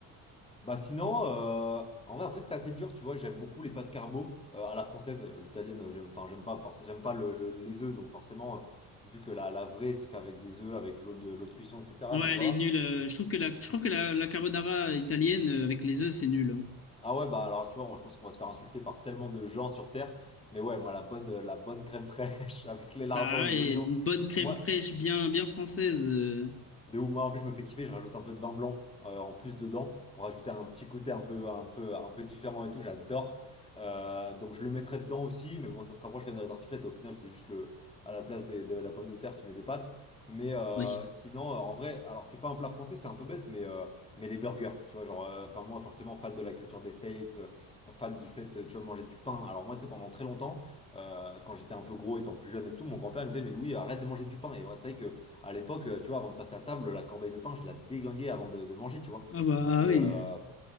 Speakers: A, on the left (about 15°); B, on the left (about 35°).
A: Bah sinon, euh, en vrai, après, c'est assez dur, tu vois. J'aime beaucoup les pâtes carbo euh, à la française. Euh, L'italienne, euh, j'aime, enfin, j'aime pas, forcément j'aime pas le- le- les œufs, donc forcément, euh, vu que la, la vraie, c'est fait avec des œufs, avec l'eau de, l'eau de cuisson, etc.
B: ouais,
A: Donc voilà.
B: elle est nulle. euh, Je trouve que la, je trouve que la, la carbonara italienne euh, avec les œufs, c'est nul. hein.
A: Ah ouais, bah alors, tu vois, moi, je pense qu'on va se faire insulter par tellement de gens sur Terre. Mais ouais, moi, la bonne, euh, la bonne crème fraîche <laughs> avec les lardons,
B: Bah,
A: les
B: et
A: oignons.
B: une bonne crème
A: Moi,
B: fraîche, bien, bien française. euh,
A: De ouf, moi en plus je me fais kiffer, je rajoute un peu de vin blanc euh, en plus dedans pour ajouter un petit côté un peu, un peu, un peu différent et tout, j'adore. Euh, donc je le mettrai dedans aussi, mais bon ça se rapproche quand même de la tartiflette, au final c'est juste le, à la place des- de la pomme de terre tu mets des pâtes. Mais euh,
B: Oui.
A: sinon euh, en vrai, alors c'est pas un plat français, c'est un peu bête, mais, euh, mais les burgers, tu vois, genre, euh, enfin moi forcément fan de la culture des States, euh, fan du fait, euh, tu vois, manger du pain. Alors moi tu sais pendant très longtemps, euh, quand j'étais un peu gros étant plus jeune et tout, mon grand-père il me disait mais Louis arrête de manger du pain. Et moi c'est vrai que... À l'époque, euh, tu vois, avant de passer à table, la corbeille de pain, je la déglinguais avant de, de manger, tu vois.
B: Ah bah ah
A: Et
B: oui,
A: euh,